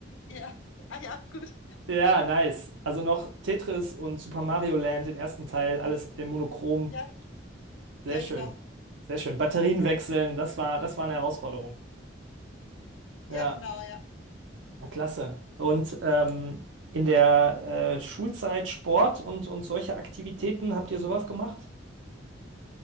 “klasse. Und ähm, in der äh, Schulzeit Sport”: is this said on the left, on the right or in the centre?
Right